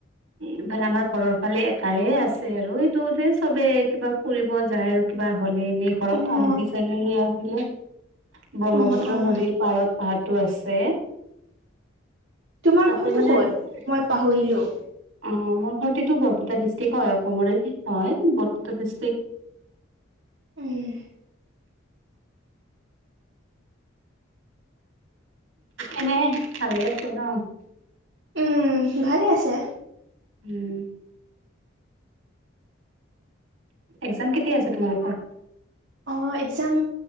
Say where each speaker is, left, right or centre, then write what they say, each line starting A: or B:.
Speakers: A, on the right; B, on the right.
A: এইফালে আমাৰ ঘৰৰ ফালে এটাই আছে আৰু সেইটোতে চবে কিবা ফুৰিব যায় আৰু কিবা হলে এনে ঘৰত
B: অ'
A: আলহী চালহী আহিলে ব্ৰহ্মপুত্ৰ
B: অ' অ'
A: নদীৰ পাৰত পাহাৰটো আছে
B: তোমাৰ
A: তাতে
B: ঘৰটো
A: মানে
B: ক'ত
A: অ
B: মই পাহৰিলোঁ
A: মোৰ ঘৰতেটো বৰপেটা ডিষ্ট্ৰিক হয় অসমৰে হয় বৰপেটা ডিষ্ট্ৰিক
B: উম
A: এনে ভালে আছে ন
B: উম, ভালে হৈ আছে।
A: উম। একজাম কেতিয়া আছে তোমালোকৰ?
B: অ' এক্সাম